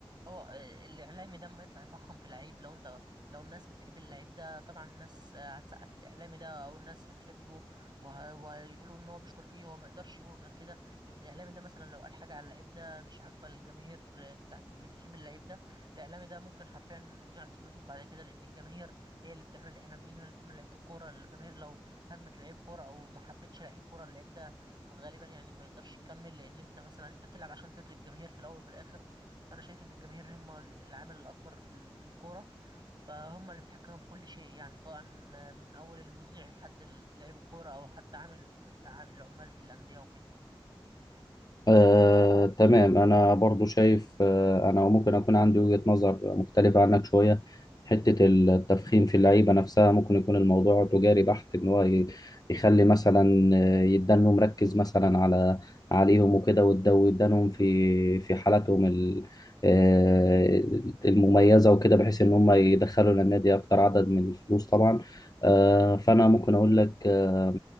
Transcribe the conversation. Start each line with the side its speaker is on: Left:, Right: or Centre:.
Right: هو الاعلامي ده اما يطلع يفخم في لعيب لو انت لو الناس بتحب اللعيب ده طبعا الناس آه، هتسقف الاعلامي ده او الناس هتحبه وه... وهيقولوا ان هو بيشكر فيه هو ما يقدرش يقول غير كده لان الاعلامي ده مثلا لو قال حاجه على اللعيب ده مش عاجبه الجماهير آه، بتاعت اللي بتحب اللعيب ده الاعلامي ده ممكن حرفيا يقعد في بيتهم بعد كده لان الجماهير هي اللي بتعمل الاعلاميين وهي اللي بتعمل لعيبه الكوره الجماهير لو هجمت لعيب كوره او ما حبتش لعيب كوره اللعيب ده غالبا يعني ما يقدرش يكمل لان انت مثلا انت بتلعب عشان ترضي الجماهير في الاول وفي الاخر فانا شايف ان الجماهير هم العامل الاكبر في ال- في الكوره فهم اللي بيتحكموا في كل شيء يعني سواء من اول المذيع لحد ال- لعيب الكوره او حتى عامل ع- العمال في الانديه وكده
Left: آه، تمام أنا برضو شايف آه، أنا ممكن أكون عندي وجهة نظر مختلفة عنك شوية حتة التفخيم في اللعيبة نفسها ممكن يكون الموضوع تجاري بحت إن هو ي- يخلي مثلا آه، يدانه مركز مثلا على عليهم وكده ويدو- ويدانهم في في حالاتهم ال- آه، المميزة وكده بحيث إن هم يدخلوا للنادي أكتر عدد من الفلوس طبعا آه، فأنا ممكن أقول لك آه،